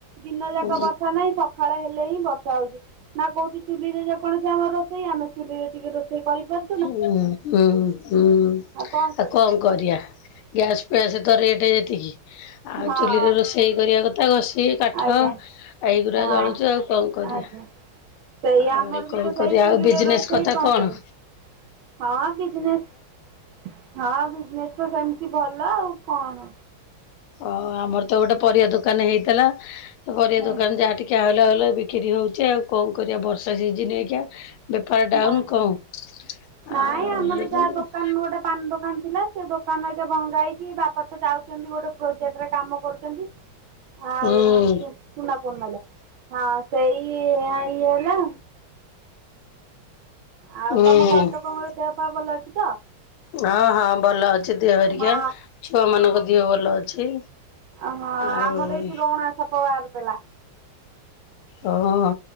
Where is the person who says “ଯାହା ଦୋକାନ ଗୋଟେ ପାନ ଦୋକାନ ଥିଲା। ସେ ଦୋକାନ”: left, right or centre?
Right